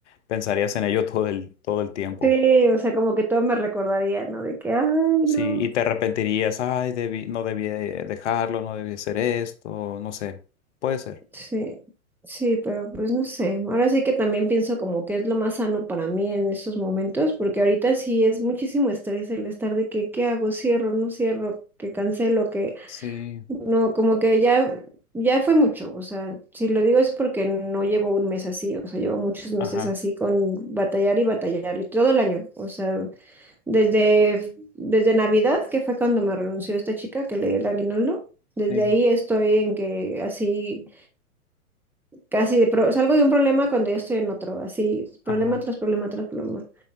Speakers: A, on the left; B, in the centre.
A: pensarías en ello <laughs> todo el, todo el tiempo.
B: Sí, o sea, como que todo me recordaría, ¿no? De que, ay,
A: Sí,
B: no.
A: y te arrepentirías. Ay, debí, no debí dejarlo, no debí hacer esto, no sé. Puede ser.
B: Sí, sí, pero pues no sé. Ahora sí que también pienso como que es lo más sano para mí en estos momentos, porque ahorita sí es muchísimo estrés el estar de que, ¿qué hago? Cierro, no cierro, que cancelo, que
A: Sí,
B: No, como que ya, ya fue mucho, o sea, si lo digo es porque no llevo un mes así, o sea, llevo muchos meses
A: ajá,
B: así con batallar y batallar, y todo el año, o sea, desde, desde Navidad, que fue cuando me renunció esta chica que le di el aguinaldo, desde
A: sí,
B: ahí estoy en que así, casi de pro- salgo de un problema cuando ya estoy en otro, así,
A: ajá,
B: problema tras problema tras problema.